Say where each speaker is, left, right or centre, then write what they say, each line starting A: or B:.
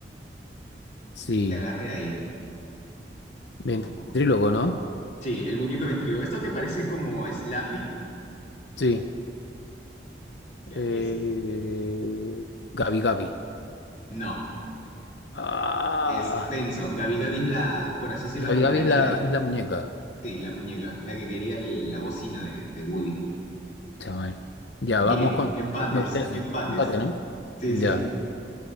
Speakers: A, on the left (about 80°); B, on the left (about 45°).
A: Sí,
B: Te agarré ahí.
A: ventrílogo,
B: Vamos, vamos.
A: ¿no?
B: Sí, el muñeco ventríloco. Estos que parecen como Slappy.
A: Sí.
B: Ya,
A: Eh,
B: ese.
A: Gabi Gabi.
B: No,
A: Ah,
B: es Benson. Gabi Gabi es la, por así decirlo,
A: Gabi
B: como
A: Gabi
B: la
A: es
B: líder.
A: la, es la muñeca.
B: Sí, la muñeca, la que quería el- la bocina de, de Woody.
A: Chaval. Ya,
B: Bien,
A: vamos con.
B: empates,
A: Me volteaste.
B: empates.
A: Empate, ¿no?
B: Sí,
A: Ya,
B: sí.